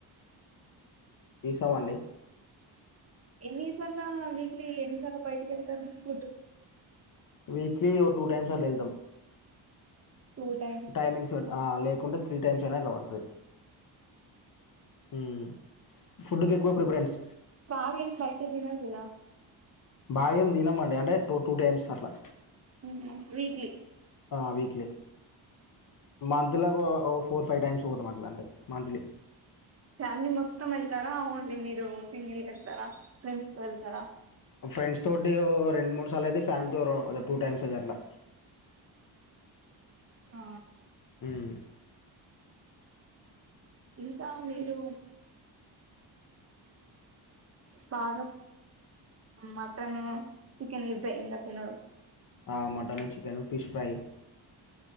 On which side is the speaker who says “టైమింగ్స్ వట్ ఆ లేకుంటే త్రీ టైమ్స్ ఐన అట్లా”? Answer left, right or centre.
Left